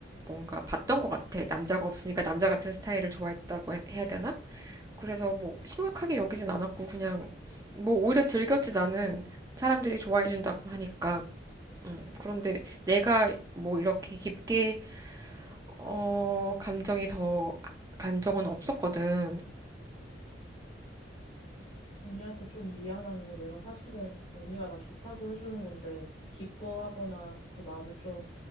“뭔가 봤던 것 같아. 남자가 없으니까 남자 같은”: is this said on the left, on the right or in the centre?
Right